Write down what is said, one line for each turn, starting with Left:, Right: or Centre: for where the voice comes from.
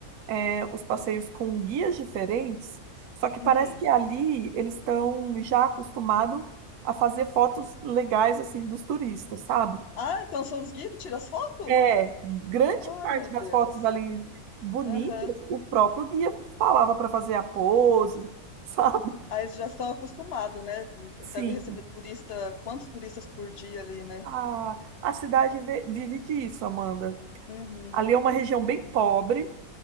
Right: é, os passeios com guias diferentes, só que
Left: Hum.
Right: parece que ali eles estão já acostumados a fazer fotos legais assim dos turistas, sabe?
Left: Ah, então são os guias que tiram as fotos?
Right: É, grande
Left: Ai,
Right: parte
Left: meu Deus.
Right: das fotos ali bonitas,
Left: Aham.
Right: o próprio guia falava para fazer a pose, <laughs> sabe?
Left: Aí eles já estão acostumados, né?
Right: Sim,
Left: Deve receber turista, quantos turistas por dia ali, né?
Right: a, a cidade ve- vive disso, Amanda.
Left: Uhum.
Right: Ali é uma região bem pobre,